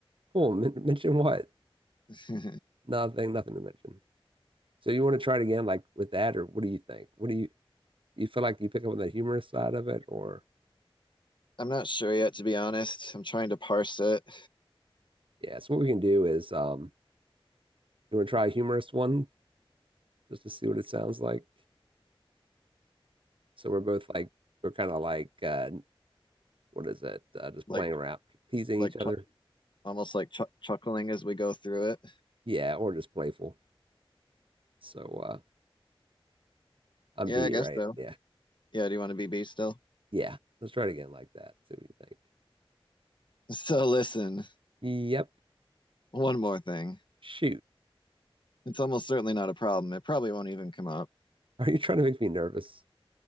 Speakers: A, on the right; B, on the left.
A: Cool. <laughs> Men mention what?
B: <laughs> I'm
A: Nothing, nothing to mention. So you want to try it again, like with that, or what do you think? What do you you feel like you pick up on the humorous side of it, or
B: not sure yet, to be honest. I'm trying to parse it,
A: yeah? So what we can do is, um, you want to try a humorous one just to see what it sounds like. So we're both like we're kind of like uh, what is it? Uh, just
B: like,
A: playing around, teasing
B: like
A: each other.
B: chu almost like chu chuckling as we go through it.
A: Yeah, or just playful. So uh, I'm
B: Yeah,
A: B,
B: I guess
A: right?
B: so.
A: Yeah,
B: Yeah, do you want to be B still? <laughs>
A: yeah. Let's try it again like that. See what you think.
B: So, listen,
A: Yep.
B: one more thing.
A: Shoot.
B: It's almost certainly not a problem. It probably won't even come up. <laughs>
A: Are you trying to make me nervous?